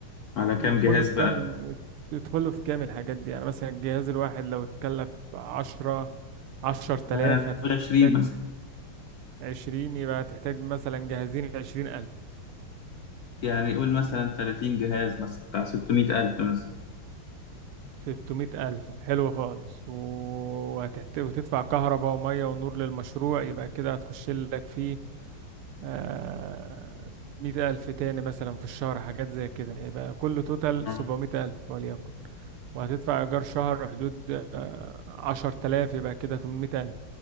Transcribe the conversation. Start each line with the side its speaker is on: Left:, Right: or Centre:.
Left: على كام
Right: يدخله
Left: جهاز
Right: في
Left: بقى
Right: كامل يدخله في كامل الحاجات دي يعني مثلا الجهاز الواحد لو اتكلف عشرة عشر تلاف
Left: لا لا
Right: هتحتاج
Left: قول 20 مثلا
Right: عشرين يبقى هتحتاج مثلا جهازين عشرين ألف.
Left: يعني قول مثلا 30 جهاز مثلا بتاع 600000 مثلا
Right: ستمية ألف حلو خالص وهتحت... وتدفع كهرباء ومية ونور للمشروع يبقى كده هتخش لك فيه آه... مية ألف تاني مثلا في الشهر حاجات زي كده يبقى كله توتال
Left: آه.
Right: سبعمية ألف وليكن وهتدفع إيجار شهر حدود آه... عشر تلاف يبقى كده تمنمية ألف